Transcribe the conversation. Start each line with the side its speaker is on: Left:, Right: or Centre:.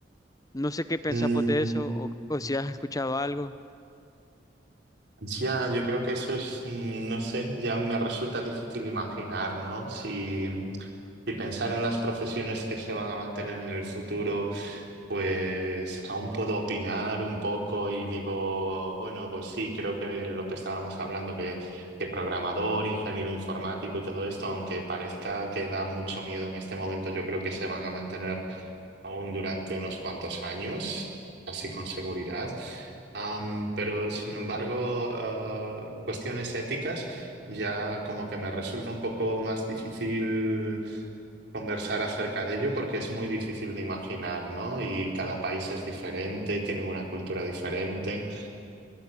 Left: No sé qué pensás
Right: Mm,
Left: vos de eso o, o si has escuchado algo.
Right: ya, yo creo que eso es, mm, no sé, ya me resulta difícil imaginar, ¿no? Si, si pensar en las profesiones que se van a mantener en el futuro, pues aún puedo opinar un poco y digo, bueno, pues sí, creo que lo que estábamos hablando, que, que programador, ingeniero informático y todo esto, aunque parezca que da mucho miedo en este momento, yo creo que se van a mantener aún durante unos cuantos años, así con seguridad. Am, pero sin embargo, ah, cuestiones éticas ya como que me resulta un poco más difícil conversar acerca de ello porque es muy difícil de imaginar, ¿no? Y cada país es diferente, tiene una cultura diferente.